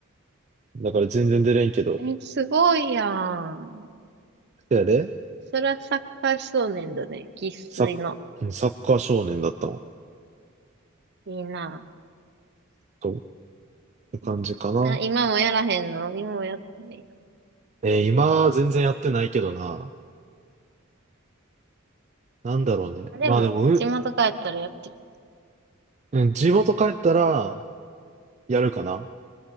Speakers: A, on the right; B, on the right.
A: う。だから全然出れんけど。
B: え、すごいやん。
A: そやで、
B: そらサッカー少年だね。生粋の。
A: サッ、うんサッカー少年だったもん。
B: いいな。
A: そう。って感じかな。
B: いいねあ、今もやらへんの今もやってない
A: えー今は全然やってないけどな。なんだろうね。
B: あでも、
A: まあでも、うん、
B: 地元帰ったらやってる。
A: うん地元帰ったら、やるかな。